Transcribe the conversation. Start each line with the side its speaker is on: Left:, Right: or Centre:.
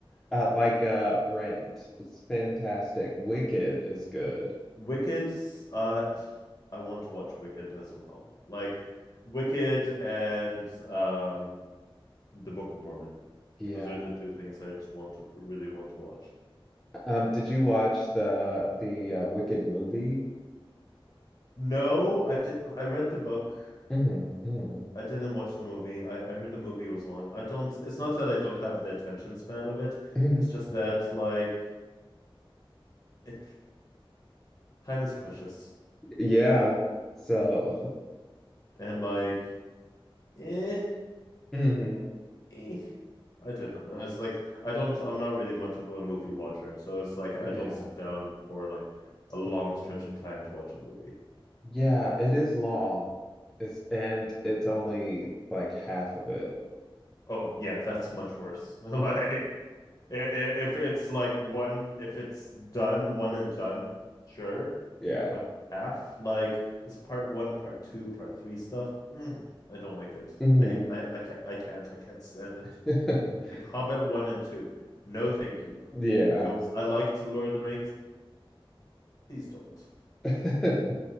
Centre: Uh, like uh, Rent is fantastic. Wicked is good.
Left: Wicked. uh, I want to watch Wicked as well. Like Wicked and um The Book of Mormon.
Centre: Yeah.
Left: Those are the two things I just want to really want to watch.
Centre: Um, did you watch the the uh, Wicked movie?
Left: No, I did I read the book
Centre: hmm hmm
Left: I didn't watch the movie. I, I heard the movie was long. I don't, it's not that I don't have the attention span of it.
Centre: <laughs>
Left: It's just that, like, it, <sighs> time is precious.
Centre: Yeah. So.
Left: And, like, eh,
Centre: <laughs> hmm
Left: eh, I don't know. It's like, I don't, I'm not really much of a movie watcher. So it's like, I
Centre: Yeah.
Left: don't sit down for like a long
Centre: Mm.
Left: stretch of time to watch a movie.
Centre: Yeah, it is long. It's and it's only like half of it.
Left: Oh, yeah, that's much worse. <laughs> Like, if it's like one, if it's done, one and done, sure.
Centre: <laughs> Yeah.
Left: but half like it's part one, part two, part three stuff. Mm, I don't like it.
Centre: hmm
Left: I I I can't I can't I can't stand it.
Centre: <laughs>
Left: Like Hobbit one and two. No, thank you.
Centre: Yeah.
Left: It was I liked the Lord of the Rings. Please don't.
Centre: <laughs>